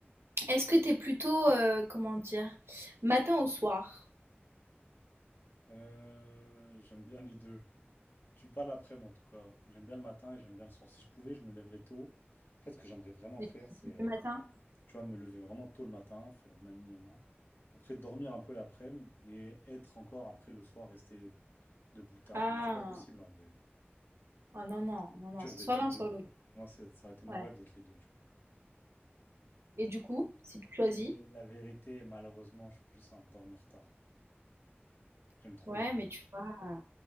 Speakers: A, on the right; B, on the left.
A: Est-ce que t'es plutôt, heu, comment dire? Matin ou soir?
B: Euh, j'aime bien les deux. Je suis pas l'après-midi en tout cas. J'aime bien le matin et j'aime bien le soir. Si je pouvais, je me lèverais tôt. En fait, ce que j'aimerais vraiment
A: Et
B: faire, c'est euh,
A: tu matin?
B: Tu vois, me lever vraiment tôt le matin, faire nani nana. Après, dormir un peu l'après-midi et être encore après le soir, rester debout tard.
A: Ah!
B: Mais c'est pas possible en vrai.
A: Ah non, non, non, non,
B: Dur
A: c'est
B: d'être
A: soit l'un
B: les deux.
A: soit l'autre.
B: Moi, c'est- ça aurait été mon
A: Ouais.
B: rêve d'être les deux, tu vois.
A: Et du coup, si tu choisis?
B: Mais la vérité, malheureusement, je suis plus un dormir tard. J'aime trop
A: Ouais,
B: la nuit.
A: mais tu vois, heu,